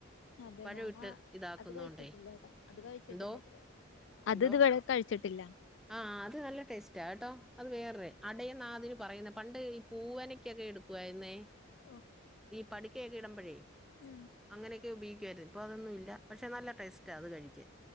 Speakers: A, on the left; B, in the centre.
A: അതെ
B: പഴം
A: ഞാനാ
B: ഇട്ട് ഇതാക്കുന്നോണ്ടേ
A: അത് കഴിച്ചിട്ടില്ലേട്ടാ അത് കഴിച്ചിട്ടില്ല
B: എന്തോ
A: ഇതുവരെ അത്
B: എന്തോ
A: ഇതുവരെ കഴിച്ചിട്ടില്ല
B: ആ അത് നല്ല ടേസ്റ്റാട്ടോ അത് വേറെ അടയൊ ന്നാതിന് പറയുന്ന പണ്ട് ഈ പൂവനക്കൊക്കെ എടുക്കുവായിരുന്നേ
A: ഓ.
B: പഠിക്കയൊക്കെ ഇടുമ്പോഴേ
A: ഉം
B: അങ്ങനെയൊക്കെ ഉപ ക്കാര് ഇപ്പൊ അതൊന്നുഇല്ല പക്ഷെ നല്ല ടേസ്റ്റാ അത്കഴിക്കാ